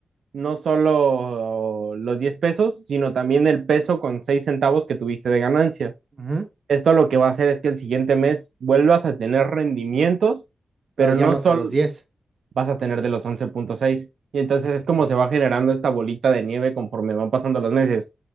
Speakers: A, on the right; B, on the right.
A: no solo los 10 pesos, sino también el peso con 6 centavos que tuviste de ganancia.
B: ujú.
A: Esto lo que va a hacer es que el siguiente mes vuelvas a tener rendimientos,
B: Pero
A: pero
B: ya
A: no
B: no
A: solo,
B: de los diez
A: vas a tener de los once punto seis Y entonces es
B: Ok.
A: como se va generando esta bolita de nieve conforme van pasando los meses.